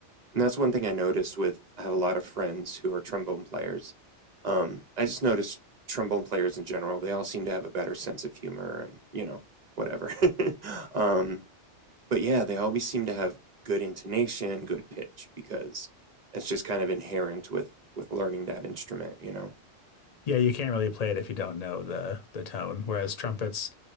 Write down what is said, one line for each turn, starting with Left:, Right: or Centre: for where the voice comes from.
Right: and that's one thing I notice with I have a lot of friends who are trombone players. Um, I just noticed trombone players in general, they all seem to have a better sense of humor and, you know, whatever. <laughs> um, but yeah, they always seem to have good intonation, good pitch because it's just kind of inherent with with learning that instrument, you know.
Left: Yeah, you can't really play it if you don't know the the tone. Whereas trumpets,